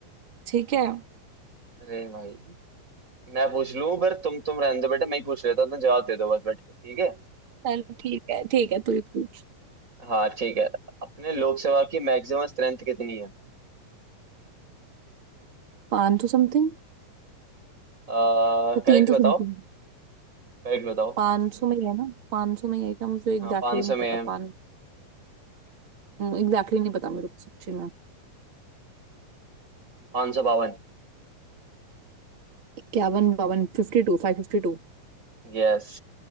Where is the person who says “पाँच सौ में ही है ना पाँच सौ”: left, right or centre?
Right